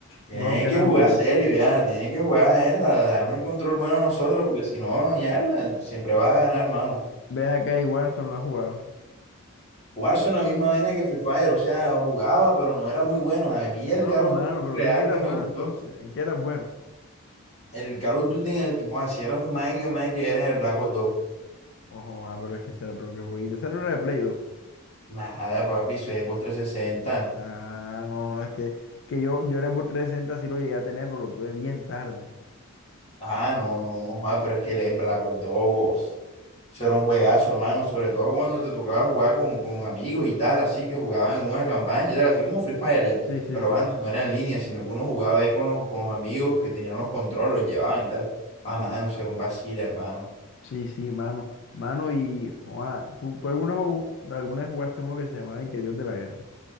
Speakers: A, on the left; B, on the left.
A: tienes
B: No cambias.
A: que jugar serio, ya, tienes que jugar, mierda, darnos el control bueno a nosotros, porque si no, mierda, tú siempre vas a ganar, hermano.
B: Ve acá y Warzone lo has jugado.
A: Warzone en la misma vaina que Free Fire, o sea, jugaba, pero no era muy bueno. A mí el
B: No,
A: Call of
B: mano,
A: Duty
B: pero
A: real
B: tú en qué eras
A: que me
B: bueno
A: gustó,
B: entonces, en qué eras bueno.
A: el Call of Duty en el que jugaba, si era un Mike, Mike, era en el Black Ops 2.
B: Ojo, ah, pero es que ese era otro que fue. Ese no era de Play 2.
A: Nada, papi, eso es Xbox 360.
B: Ah, no, no, es que, que yo, yo era por 360 sí lo llegué a tener, pero lo tuve bien tarde.
A: Ah, no, no, no, joda, pero es que el Black Ops 2, eso era un juegazo, hermano, sobre todo cuando te tocaba jugar con, con amigos y tal, así que jugaban en una campaña y tal, así como Free Fire ya.
B: Sí, sí,
A: Pero
B: sí.
A: antes no era en línea, sino que uno jugaba ahí con los, con los amigos que tenían los controles, los llevaban y tal. Ah, mano, eso era un vacile, hermano.
B: Sí, sí, mano. Mano, y Juan, ¿tú, tú alguna, ju- alguna vez jugaste uno que se llamaba y que Dios de la Guerra?